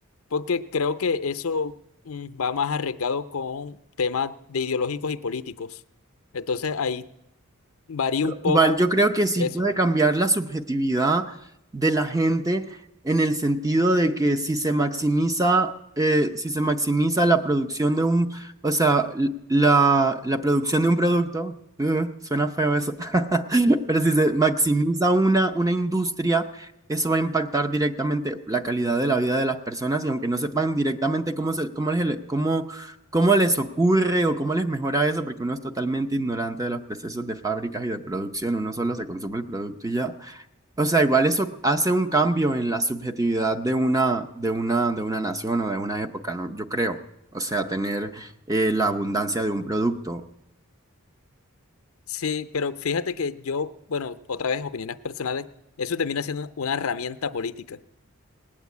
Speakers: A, on the left; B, on the right.
A: porque creo que eso mm, va más arriesgado con temas de ideológicos y políticos. Entonces, ahí varía un poco
B: Igual yo creo que sí
A: eso.
B: puede cambiar la subjetividad de la gente en el sentido de que si se maximiza, eh, si se maximiza la producción de un, o sea, l- la, la producción de un producto, eh, suena feo eso, <laughs> pero si se maximiza una, una industria, eso va a impactar directamente la calidad de la vida de las personas y aunque no sepan directamente cómo, se, cómo, es el- cómo ¿Cómo les ocurre o cómo les mejora eso? Porque uno es totalmente ignorante de los procesos de fábricas y de producción, uno solo se consume el producto y ya. O sea, igual eso hace un cambio en la subjetividad de una, de una, de una nación o de una época, ¿no? Yo creo. O sea, tener eh, la abundancia de un producto.
A: Sí, pero fíjate que yo, bueno, otra vez opiniones personales, eso termina siendo una herramienta política.